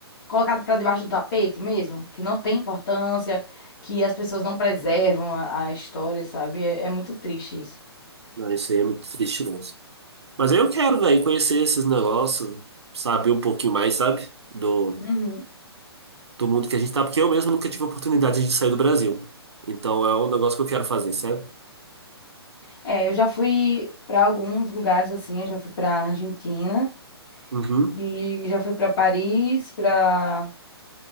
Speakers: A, on the left (about 50°); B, on the right (about 80°).
A: colocado para debaixo do tapete mesmo, que não tem importância, que as pessoas não preservam a, a história, sabe? É, é muito triste isso.
B: Não, isso aí é muito triste mesmo. Mas aí eu quero, velho, conhecer esses negócios, saber um pouquinho mais, sabe? Do,
A: Uhum.
B: do mundo que a gente tá, porque eu mesmo nunca tive oportunidade de sair do Brasil. Então é um negócio que eu quero fazer, sabe?
A: É, eu já fui para alguns lugares assim, eu já fui para Argentina
B: Uhum.
A: e já fui para Paris, para